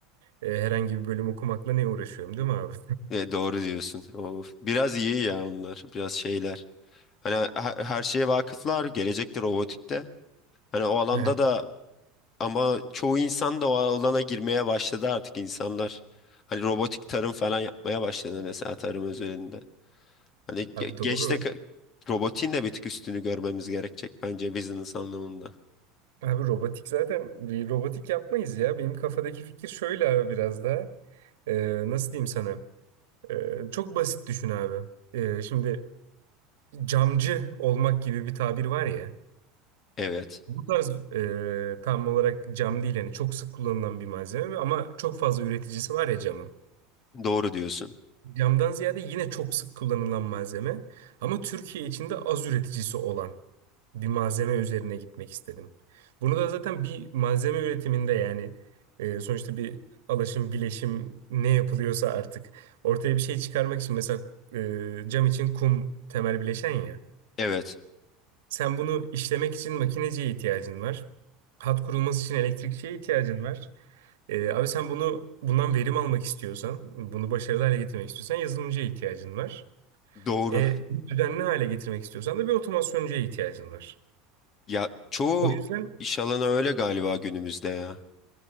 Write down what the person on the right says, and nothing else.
E, herhangi bir bölüm okumakla ne uğraşıyorum değil mi abi?
<laughs>
Abi doğru.
Abi robotik zaten bir robotik yapmayız ya. Benim kafadaki fikir şöyle abi biraz da. Ee, nasıl diyeyim sana? Ee, çok basit düşün abi. Ee, şimdi camcı olmak gibi bir tabir var ya.
Bu tarz e, tam olarak cam değil yani çok sık kullanılan bir malzeme ama çok fazla üreticisi var ya camın.
Camdan ziyade yine çok sık kullanılan malzeme ama Türkiye içinde az üreticisi olan bir malzeme üzerine gitmek istedim. Bunu da zaten bir malzeme üretiminde yani e, sonuçta bir alaşım, bileşim ne yapılıyorsa artık ortaya bir şey çıkarmak için mesela e, cam için kum temel bileşen ya.
Sen bunu işlemek için makineciye ihtiyacın var. Hat kurulması için elektrikçiye ihtiyacın var. Ee, abi sen bunu bundan verim almak istiyorsan, bunu başarılı hale getirmek istiyorsan yazılımcıya ihtiyacın var.
E, bunu düzenli hale getirmek istiyorsan da bir otomasyoncuya ihtiyacın var.
O yüzden